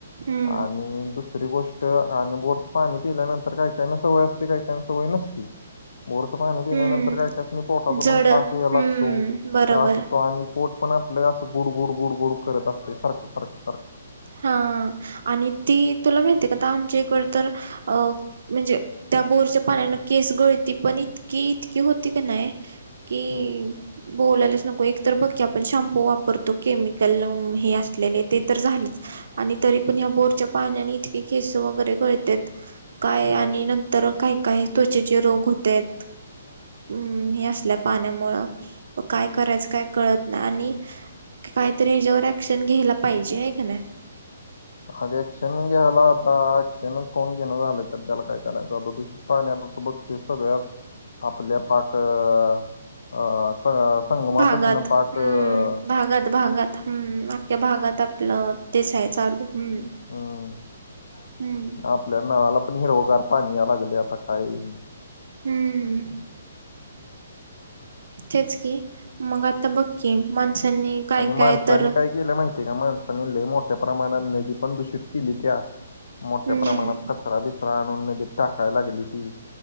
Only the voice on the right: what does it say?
हम्म
हम्म
जड
हम्म
बरोबर
हम्म, आणि ती तुला माहिती का आता आमच्या इकडं तर अ म्हणजे, त्या बोरच्या पाण्यानं केस गळती पण इत की इतकी होती का नाही, कि
बोलायलाच नको, एक तर बघ की आपण शॅम्पू वापरतो केमिकल हे असलेले ते तर झालीच, आणि तरी पण ह्या बोरच्या पाण्यानी इतकी केसं वगैरे पळतेत, काय
आणि नंतर काय काय त्वचेचे रोग होत्यात.
हम्म, हे असल्या पाण्यामुळं, काय करायचं काय कळत नाही आणि काहीतरी ह्याच्यावर ऍक्शन घ्यायला पाहिजे. आहे का नाही?
भागात
हम्म
भागात भागात हम्म, अख्ख्या भागात आपलं तेच आहे चालू, हम्म.
हम्म
हम्म, तेच की. मग आता बघ कि माणसांनी काय
काय
तर
हम्म